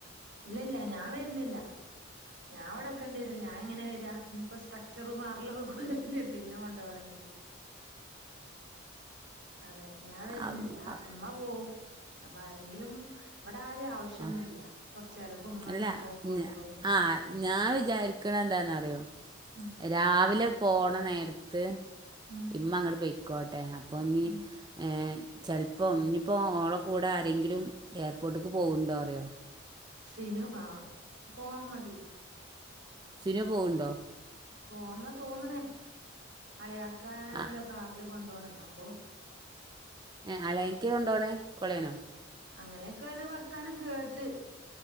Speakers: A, on the right; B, on the right.
A: ഇല്ല ഇല്ല ഞാൻ വര്ന്നില്ല. ഞാൻ ഇവടെക്കണ്ടിരും ഞാ എങ്ങനെ വരാ ഇഞ്ഞ്പ്പോ സ്ട്രക്ചറും മാറല്ല കൊണ്ട് തന്നല്ല ഇന്ന കൊണ്ട പോണെങ്കില് അതെ ഞാൻ വരുന്നില്ല
B: ആഹ്
A: മ്മ പോവും. അപ്പൊ ആരെങ്കിലും ഇവിടെ ആരേം ആവശ്യംന്നുല്ല
B: ആഹ്
A: കുറച്ചു നേര ഇപ്പോ ഇമ്മ
B: അല്ല
A: ഇന്ന് പോയപ്പോളും കൊഴപ്പൊന്നുല്യ
B: ആഹ് ഞാൻ വിചാരിക്കണ എന്താന്ന് അറിയോ
A: ഉം
B: രാവിലെ പോണ നേര ത്ത്
A: ഉം
B: ഇമ്മ അങ്ങോട്ട് പോയിക്കോട്ടെ അപ്പൊ ഇനി
A: ഉം
B: ഏ ചെൽപ്പോം ഇഞ്ഞ്പ്പം ഓള കൂടെ ആരെങ്കിലും എയർപോർട്ട്ക്ക് പോക്ണ്ടോ അറിയോ?
A: സിനു ആഹ പോവാ മതി.
B: സിനു പോവ്ണ്ടോ?
A: പോന്ന തോന്നണേ അളിയാക്കാണല്ലോ
B: ആഹ്
A: കാറില് കൊണ്ട ണ്ടോണ അപ്പൊ
B: ഏ അളിയാക്കെ കൊണ്ടോണേ കൊളേനോ
A: അങ്ങനെയൊക്കെ ഒരു വർത്താനം കേട്ട്